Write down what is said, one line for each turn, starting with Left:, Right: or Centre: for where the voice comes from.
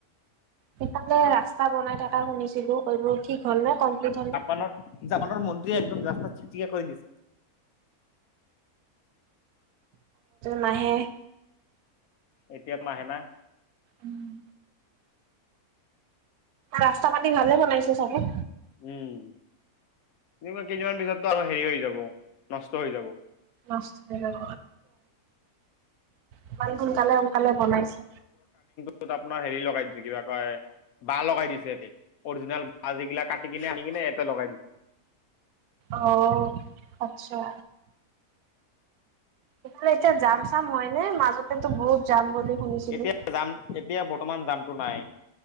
Right: সেইফালে ৰাস্তা বনাই থকা শুনিছিলো সবোৰ ঠিক হ'ল নে কমপ্লিট হ'ল?
Left: বনত জাপানৰ মন্ত্ৰীয়ে একদম ৰাস্তা চিক চিকীয়া কৰি দিছে।
Right: নাহে।
Left: এতিয়াত নাহে না।
Right: উম। ৰাস্তা পাতি ভালে বনাইছে চাগে?
Left: উম, কেইদিনমান পিছততো আৰু হেৰি হৈ যাব, নষ্ট হৈ যাব।
Right: নষ্ট হৈ যাব, ইমান সোনকালে সোনকালে বনাইছে।
Left: ত আপোনাৰ হেৰি লগাই দিছে কিবা কয়। বাঁহ লগাই দিছে ইয়াতে অৰিজিনেল বাঁহ যিগিলা কাটি কিনে আনি কিনে ইয়াতে লগাই দিছে।
Right: অ' আচ্ছা। সেইফালে এতিয়া যাম চাম হয় নে, মাজতে তো বহুত যাম বুলি শুনিছিলো।
Left: এতিয়া যাম এতিয়া বৰ্তমান জামটো নাই,